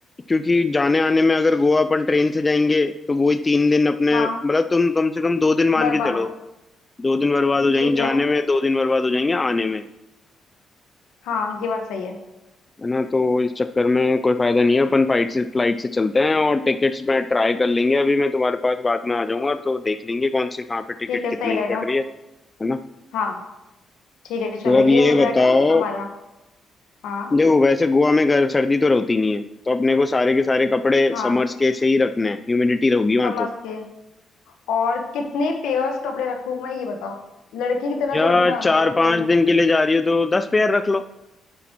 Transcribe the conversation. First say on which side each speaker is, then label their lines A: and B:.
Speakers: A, on the left; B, on the left.
A: क्योंकि जाने आने में अगर गोवा अपन ट्रेन से जाएंगे तो वही तीन दिन अपने
B: हाँ
A: मतलब तुम कम से कम दो दिन मान
B: बर्बाद
A: के चलो दो दिन बर्बाद हो जाएंगे
B: ठीक है
A: जाने में दो दिन बर्बाद हो जाएंगे आने में
B: हाँ ये बात सही है
A: है ना तो इस चक्कर में कोई फायदा नहीं है अपन फ्लाइट से फ्लाइट से चलते हैं और टिकट्स मैं ट्राई कर लेंगे अभी मैं तुम्हारे पास बाद में आ जाऊंगा तो देख लेंगे कौन सी कहाँ पे टिकट
B: ठीक है सही
A: कितने
B: रहेगा
A: की पड़ रही है है ना
B: हाँ ठीक है चलो
A: तो अब ये
B: ये हो जाएगा
A: बताओ
B: हमारा हाँ
A: देखो वैसे गोवा में गर्म सर्दी तो रहती नहीं है तो अपने को सारे के सारे कपड़े
B: हाँ
A: समर्स के से ही रखने हैं ह्यूमिडिटी रहोगी वहां
B: समझ
A: तो
B: के और कितने पेयर्स कपड़े रखूं मैं ये बताओ लड़की की तरह
A: या
B: सोचना
A: चार
B: लड़कों
A: पांच
B: की तरह नहीं
A: दिन के लिए जा रही हो तो दस पेयर रख लो